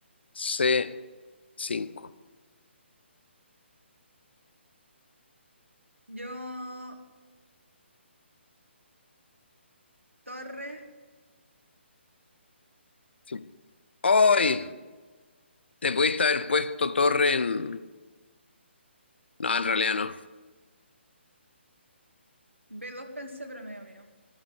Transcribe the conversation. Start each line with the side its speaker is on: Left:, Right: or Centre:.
Left: c cinco,
Right: Yo torre
Left: Sí. ¡Ay!
Right: b uno.
Left: Te pudiste haber puesto torre en... No, en realidad no.
Right: B2 pensé, pero medio mío.